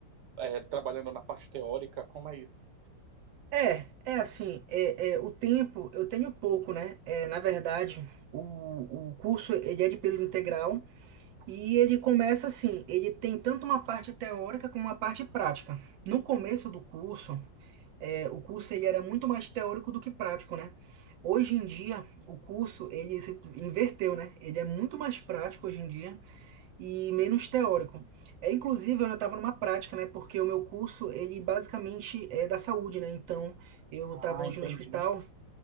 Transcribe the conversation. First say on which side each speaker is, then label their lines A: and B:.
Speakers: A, on the right (about 65°); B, on the right (about 85°).
A: é, trabalhando na parte teórica, como é isso?
B: É, é assim, é, é, o tempo eu tenho pouco, né? É, na verdade, o, o curso ele é de período integral, E ele começa assim, ele tem tanto uma parte teórica como uma parte prática. No começo do curso, é, o curso ele era muito mais teórico do que prático, né? Hoje em dia, o curso ele se inverteu, né? Ele é muito mais prático hoje em dia e menos teórico. É, inclusive, eu já estava numa prática, né? Porque o meu curso ele basicamente é da saúde, né? Então, eu
A: Ah,
B: estava hoje
A: entendi.
B: no hospital,